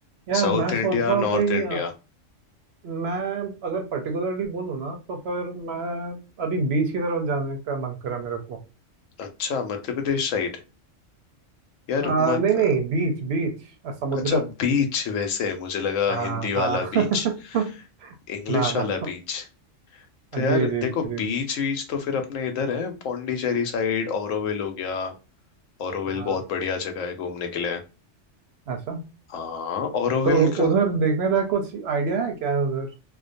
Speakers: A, on the right; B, on the left.
A: यार
B: South
A: मैं
B: India
A: सोच रहा
B: north
A: हूँ कहीं
B: India
A: अ, मैं अगर पर्टिकुलरली बोलूँ ना तो फिर मैं अभी बीच की तरफ जाने का मन करा मेरे को
B: अच्छा मध्य प्रदेश साइड यार
A: आ,
B: मत
A: नहीं नहीं बीच बीच अ, समुद्र
B: अच्छा बीच वैसे मुझे लगा
A: हाँ
B: हिंदी वाला
A: हाँ
B: बीच
A: <laughs>
B: इंग्लिश
A: ना ना
B: वाला बीच तो यार
A: जी जी
B: देखो
A: जी
B: बीच बीच तो फिर अपने इधर है पौंडीचेरी साइड ऑरोविल हो गया ओरोविल
A: हाँ
B: बहुत बढ़िया जगह है घूमने के लिए
A: अच्छा
B: हाँ ओरोविल
A: तो
B: का
A: उधर देखने का कुछ आइडिया है क्या उधर